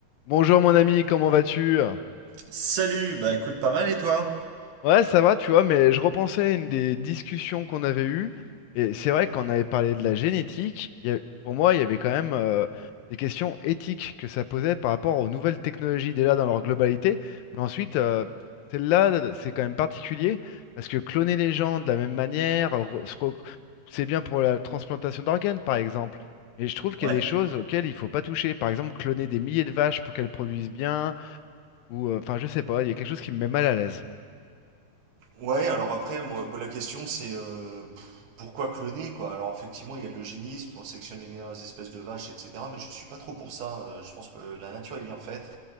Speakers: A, on the left (about 75°); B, on the right (about 75°).
A: Bonjour mon ami, comment vas-tu?
B: Salut, bah écoute pas mal et toi?
A: Ouais, ça va, tu vois, mais je repensais à une des discussions qu'on avait eues, et c'est vrai qu'on avait parlé de la génétique, il y a- pour moi, il y avait quand même euh, des questions éthiques que ça posait par rapport aux nouvelles technologies déjà dans leur globalité, mais ensuite, euh, celle-là, c'est quand même particulier, parce que cloner les gens de la même manière, euh, re- se rec- c'est bien pour la transplantation d'organes, par exemple, mais je trouve qu'il
B: Ouais?
A: y a des choses auxquelles il faut pas toucher, par exemple, cloner des milliers de vaches pour qu'elles produisent bien. Ou euh, enfin, je sais pas, il y a quelque chose qui me met mal à l'aise.
B: Ouais, alors après, moi, moi, la question c'est euh, pff, pourquoi cloner quoi? Alors effectivement, il y a de l'eugénisme, on sélectionne les meilleures espèces de vaches, etc. Mais je suis pas trop pour ça. euh, je pense que la nature est bien faite.